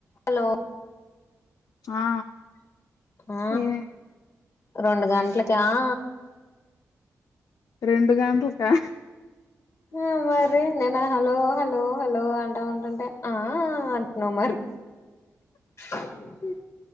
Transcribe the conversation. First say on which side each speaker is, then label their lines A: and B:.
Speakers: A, on the left; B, on the left.
A: హలో
B: ఆ
A: ఆ
B: ఏ
A: రెండు గంటలకా ఆ
B: రెండు గంట్లకా
A: ఆ మరి నేను హలో హలో హలో అంటా ఉంటుంటే ఆా అంటున్నావు మరి హ